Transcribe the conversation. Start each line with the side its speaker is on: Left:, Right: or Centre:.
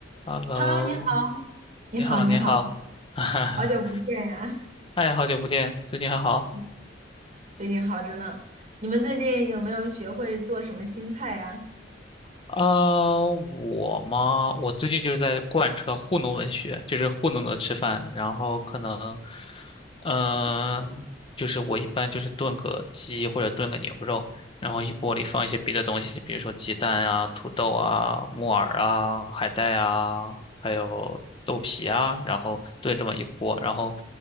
Left: Hello，
Right: Hello，你好，你好，
Left: 你好，
Right: 你好，
Left: 你好，<laughs> 哈哈，
Right: 好久不见呀！
Left: 哎，好久不见，最近还好？
Right: <laughs> 嗯最近好着呢。你们最近有没有学会做什么新菜呀？
Left: 啊，我嘛，我最近就是在贯彻糊弄文学，就是糊弄的吃饭，然后可能，嗯、就是我一般就是炖个鸡或者炖个牛肉，然后一锅里放一些别的东西，比如说鸡蛋啊、土豆啊、木耳啊、海带啊，还有豆皮啊，然后炖这么一锅，然后